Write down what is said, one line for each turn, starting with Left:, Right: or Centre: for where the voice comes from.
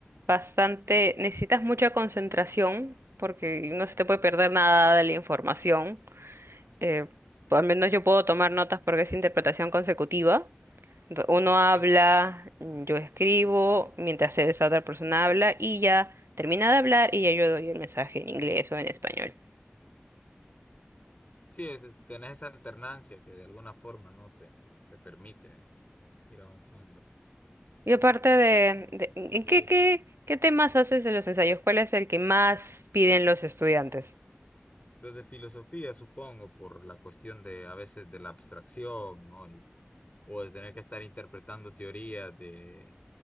Right: bastante, necesitas mucha concentración porque no se te puede perder nada de la información. Eh, pues, al menos yo puedo tomar notas porque es interpretación consecutiva. Ento- Uno
Left: Ok.
Right: habla, mm, yo escribo, mientras esa otra persona habla y ya termina de hablar y ya yo doy el mensaje en inglés o en español.
Left: Sí, es- tenés esa alternancia que de alguna forma, ¿no? Te, te permite ir avanzando.
Right: Y aparte de, de- ¿en
Left: tu
Right: qué,
Left: ritmo.
Right: qué, qué temas haces en los ensayos? ¿Cuál es el que más piden los estudiantes?
Left: Los de filosofía, supongo, por la cuestión de a veces de la abstracción, ¿no? Y- o de tener que estar interpretando teorías de,